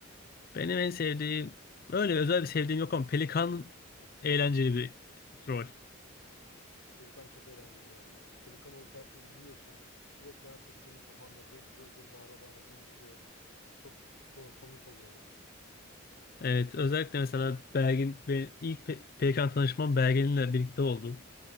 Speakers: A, on the left; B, on the left.
A: benim en sevdiğim öyle özel bir sevdiğim yok ama Pelikan eğlenceli bir rol.
B: Pelikan çok eğlenceli ya. Pelikan olup herkesi yiyorsun. Sürekli herkes senin kafanda dır dır dır bağıra bağıra konuşuyor. Çok ko- komik oluyor ya.
A: Evet özellikle mesela Bergen benim ilk Pe- Pelikan tanışmam Bergen'le birlikte oldu.